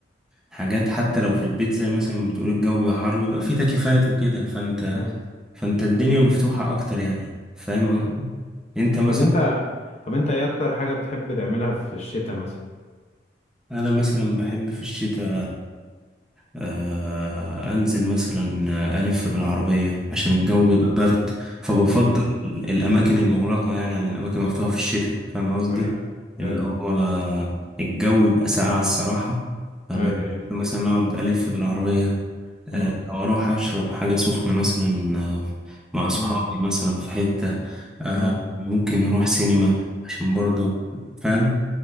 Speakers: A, in the centre; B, on the left.
A: حاجات حتى لو في البيت زي مثلا ما بتقول الجو بيبقى حر بيبقى فيه تكييفات وكده فانت
B: مم.
A: فانت الدنيا مفتوحة اكتر يعني فاهم
B: مم.
A: قصدي؟ انت مثلا
B: طب انت طب انت ايه اكتر حاجه بتحب تعملها في الشتاء مثلا
A: انا مثلا بحب في الشتاء آه، انزل مثلا الف بالعربيه عشان الجو
B: مم.
A: بيبقى برد فبفضل
B: مم.
A: الاماكن المغلقه يعني عن الاماكن المفتوحه في الشتاء فاهم قصدي
B: ايوه
A: اللي
B: ايوه
A: هو الجو بيبقى ساقع الصراحه فانا
B: ايوه ايوه
A: مثلا اقعد الف بالعربيه
B: مم.
A: آه، او اروح اشرب حاجه سخنه مثلا آه، مع صحابي
B: مم.
A: مثلا في حته آه،
B: مم.
A: ممكن اروح سينما عشان برضو فاهم